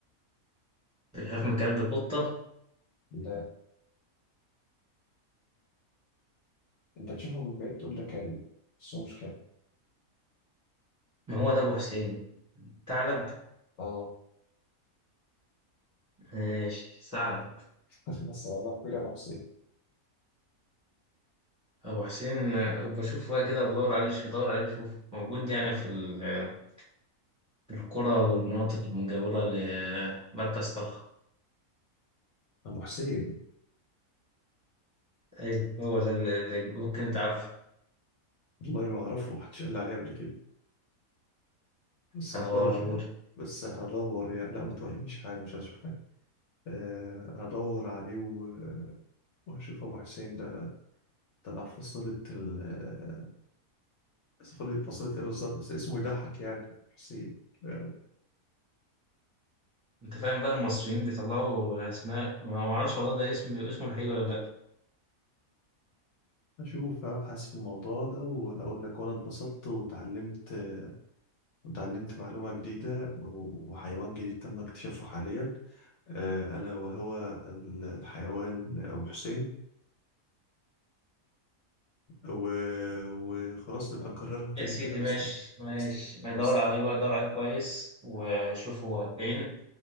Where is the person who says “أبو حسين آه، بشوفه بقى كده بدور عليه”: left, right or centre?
Right